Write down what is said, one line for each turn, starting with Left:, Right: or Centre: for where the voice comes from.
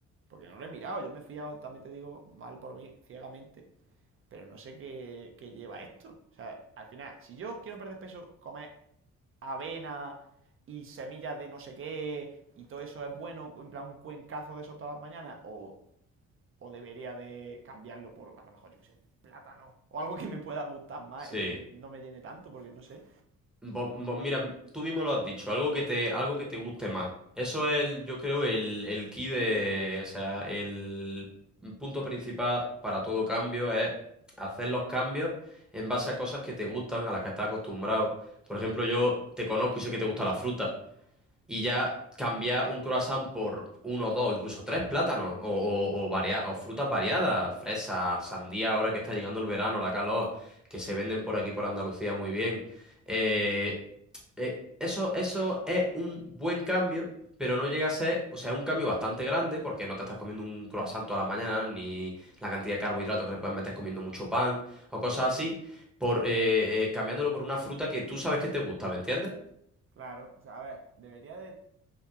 Right: porque no lo he mirado. Yo me he fiado, también te digo, mal por mí, ciegamente. Pero no sé qué, qué lleva esto. O sea, al final, si yo quiero perder peso, comer avena y semillas de no sé qué y todo eso es bueno, en plan un cuencazo de eso todas las mañanas, o, o debería de cambiarlo por a lo mejor yo que sé, un plátano o algo que me pueda gustar más
Centre: Sí.
Right: y que no me llene tanto, porque no sé.
Centre: Vos- vos mira, tú mismo lo has dicho, algo que te, algo que te guste más. Eso es, el- yo creo, el, el key de, o sea, el punto principal para todo cambio es hacer los cambios en base a cosas que te gustan, a las que estás acostumbrado. Por ejemplo, yo te conozco y sé que te gusta la fruta y ya
Right: Sí,
Centre: cambiar un croissant por uno, dos, incluso tres plátanos o, o, o varia- o frutas variadas, fresas, sandía, ahora que está llegando el verano, la calor, que se venden por aquí por Andalucía muy bien. Eh, eh, eso, eso es un buen cambio. Pero no llega a ser, o sea, es un cambio bastante grande porque no te estás comiendo un croissant toda la mañana, ni la cantidad de carbohidratos que le puedes meter comiendo mucho pan o cosas así, por eh, eh, cambiándolo por una fruta que tú sabes que te gusta, ¿me entiendes?
Right: claro. O sea, a ver, debería de